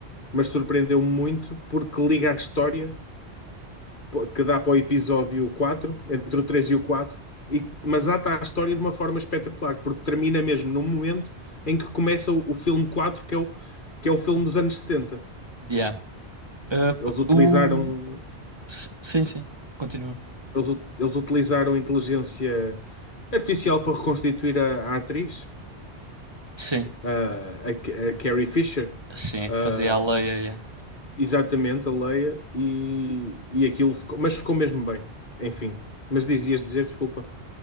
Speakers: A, on the left; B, on the right.
A: mas surpreendeu-me muito porque liga a história pô, que dá para o episódio 4 entre o 3 e o 4 e, mas ata a história de uma forma espetacular, porque termina mesmo no momento em que começa o, o filme 4 que é o, que é o filme dos anos setenta
B: Yeah. Uh, p-
A: Eles utilizaram
B: o... s- Sim, sim. Continua.
A: Eles, u- eles utilizaram inteligência artificial para reconstituir a, a atriz,
B: Sim,
A: a, a Ca- a Carrie Fisher,
B: sim, é
A: ah,
B: que fazia a lei. é, é.
A: exatamente, a Leia, e, e aquilo ficou, mas ficou mesmo bem, enfim. Mas dizias dizer, desculpa.